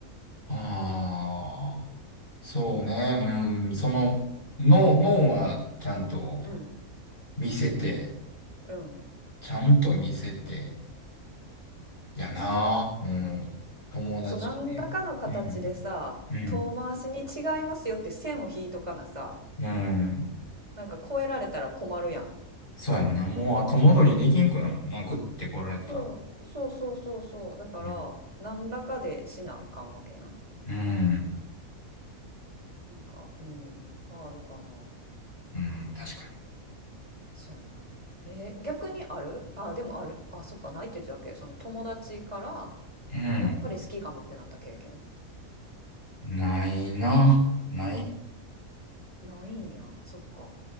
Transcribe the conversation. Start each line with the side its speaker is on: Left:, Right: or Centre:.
Left: ああ、そうね。うん、その、脳、脳はちゃんと
Right: うん
Left: 見せて、
Right: うん
Left: ちゃんと見せて、やな。うん。友達で。
Right: そう、何らかの形でさ、
Left: うん、うん、
Right: 遠回しに違いますよって線を引いとかなさ、
Left: うん。
Right: なんか超えられたら困るやん。
Left: そうやんな。もう後戻りできんくなもんな。グッて来られたら。
Right: そう、そうそうそうそう。だから、
Left: うん、
Right: 何らかでしなあかんわけやん。
Left: うん、
Right: なんか、うん、まああるかな。
Left: うん確かに。
Right: そうやな。えー逆にあるあ、でもある。あ、そっか、ないって言ってたっけその友達から、
Left: うん。
Right: やっぱり好きかもってなった経験
Left: ないな。ない。
Right: ないんや。そっか。